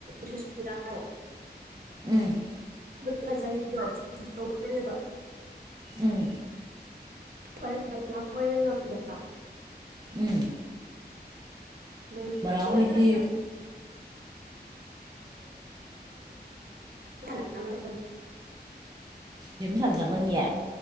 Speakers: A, on the right; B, on the right.
A: ꯁꯨꯁꯃꯤꯥꯇꯥꯗꯣ
B: ꯎꯝ
A: ꯑꯗꯨ ꯐꯖꯔꯤꯗꯣ ꯖꯤꯝ ꯇꯧꯕꯩꯅꯦꯕ
B: ꯎꯝ
A: ꯕꯜ ꯕꯂꯥ ꯍꯣꯏꯅ ꯉꯝꯗꯕ
B: ꯎꯝ
A: <unintelligible>
B: ꯕꯔꯥ ꯍꯣꯏꯗꯤ
A: ꯑꯗꯨꯝ ꯁꯥꯟꯅꯔꯝꯃꯗꯕꯅꯦ
B: ꯖꯤꯝ ꯁꯥꯟꯔꯝꯃꯅꯤꯌꯦ